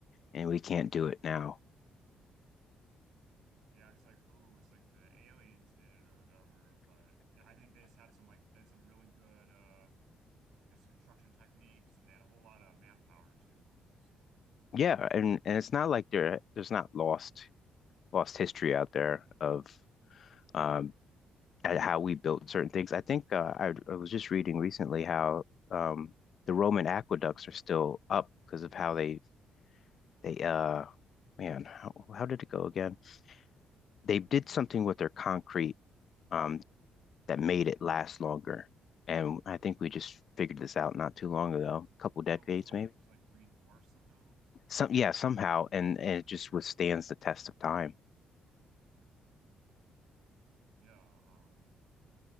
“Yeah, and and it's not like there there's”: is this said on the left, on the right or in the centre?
Left